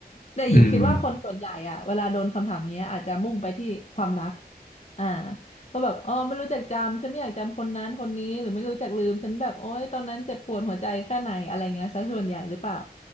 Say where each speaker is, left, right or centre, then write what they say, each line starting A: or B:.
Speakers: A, on the left (about 40°); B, on the left (about 55°).
A: แต่หญิงคิดว่าคนส่วนใหญ่อะเวลาโดนคำถามเงี้ยอาจจะมุ่งไปที่ความรัก
B: อืม
A: อ่าว่าแบบอ๋อไม่รู้จักจำฉันไม่อยากจำคนนั้นคนนี้หรือไม่รู้จักลืมฉันแบบโอ๊ยตอนนั้นเจ็บปวดหัวใจแค่ไหนอะไรเงี้ยซะส่วนใหญ่หรือเปล่า